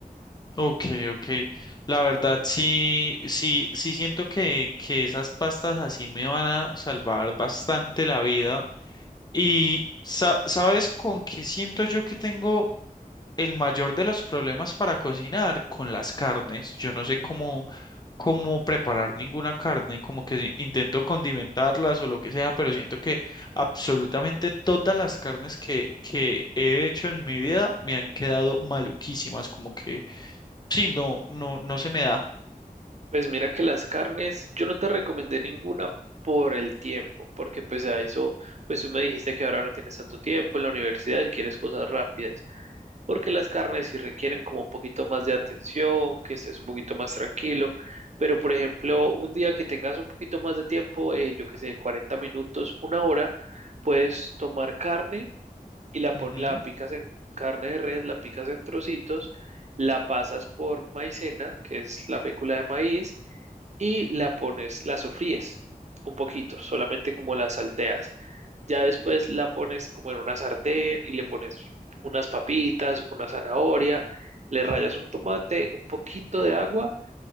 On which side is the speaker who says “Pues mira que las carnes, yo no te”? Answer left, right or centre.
Right